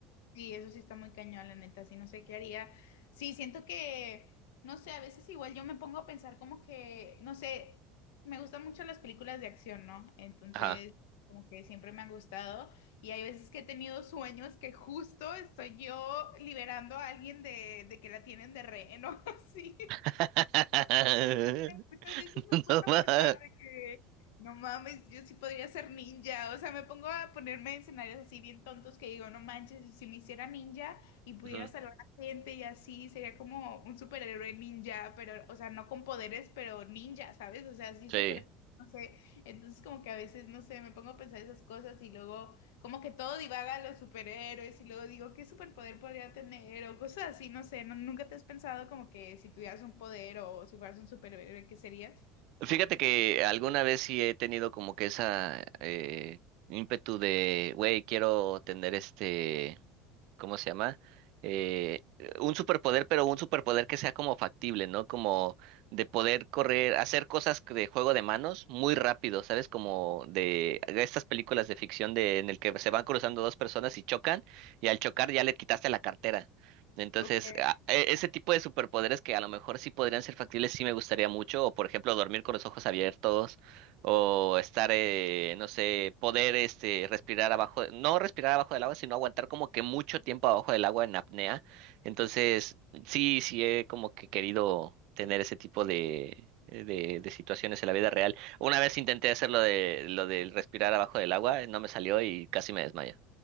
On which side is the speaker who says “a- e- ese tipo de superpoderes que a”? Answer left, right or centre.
Right